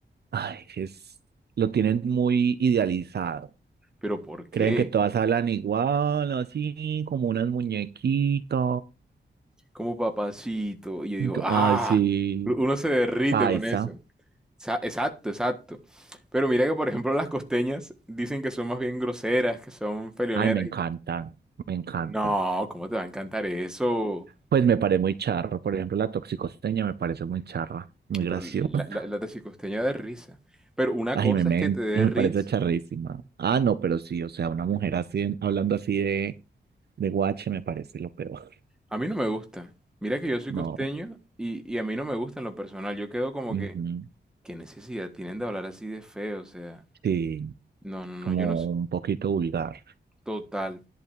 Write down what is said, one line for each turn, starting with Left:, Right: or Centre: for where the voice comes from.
Right: ay, es, lo tienen muy idealizado.
Centre: pero ¿por qué?
Right: Creen que todas hablan igual, así como unas muñequitas.
Centre: Como papacito. Y yo digo,
Right: Y co-
Centre: ah,
Right: Ay, sí,
Centre: uno se derrite
Right: paisa.
Centre: con eso. Sa- Exacto, exacto. Pero mira que, por ejemplo, las costeñas dicen que son más bien groseras, que son peleoneras
Right: Ay, me encanta me encanta
Centre: No, ¿cómo te va a encantar eso?
Right: Pues me parece muy charro. Por ejemplo, la toxicosteña me parece muy charra, muy graciosa.
Centre: Pero la, la, la taxicosteña da risa. Pero una
Right: Ay,
Centre: cosa
Right: me, me,
Centre: es que te dé
Right: me
Centre: risa.
Right: parece charrísima. Ah, no, pero sí, o sea, una mujer así, hablando así de, de guache me parece lo peor. <laughs>
Centre: A mí no me gusta. Mira que yo soy
Right: No,
Centre: costeño y, y a mí no me gusta en lo personal. Yo quedo como
Right: ujú,
Centre: que, ¿qué necesidad tienen de hablar así de feo? O sea,
Right: Sí,
Centre: no, no, no,
Right: como
Centre: yo no soy
Right: un poquito vulgar,
Centre: total.